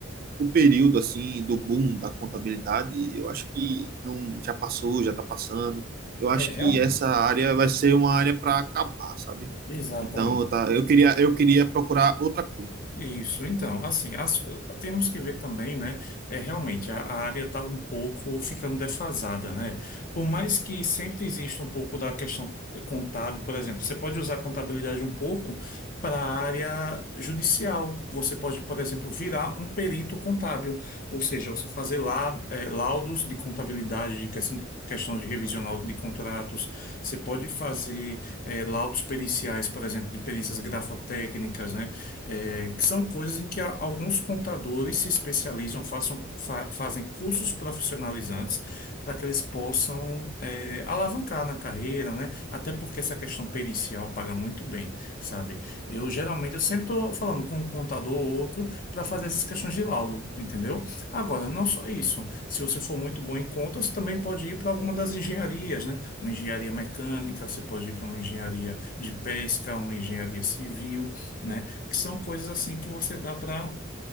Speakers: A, on the right; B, on the left.
A: o período assim do boom da contabilidade, eu acho que não já passou, já está passando. Eu
B: é,
A: acho
B: realmente.
A: que essa área vai ser uma área para acabar, sabe?
B: exatamente.
A: Então, eu, tá, eu queria eu queria procurar outra coisa.
B: Isso, então, assim, as- temos que ver também, né? É, realmente, a, a área está um pouco ficando defasada, né? Por mais que sempre exista um pouco da questão contábil, por exemplo, você pode usar a contabilidade um pouco para a área judicial. Você pode, por exemplo, virar um perito contábil, ou seja, você fazer lá, é, laudos de contabilidade, de questão de. Questão de revisional de contratos, você pode fazer é, laudos periciais, por exemplo, de perícias grafotécnicas, né? é, que são coisas em que a- alguns contadores se especializam, façam, fa- fazem cursos profissionalizantes para que eles possam é, alavancar na carreira, né? Até porque essa questão pericial paga muito bem, sabe? Eu geralmente eu sempre estou falando com um contador ou outro para fazer essas questões de laudo, entendeu? Agora, não só isso. Se você for muito bom em contas, também pode ir para alguma das engenharias, né? Uma engenharia mecânica, você pode ir para uma engenharia de pesca, uma engenharia civil, né? que são coisas assim que você dá para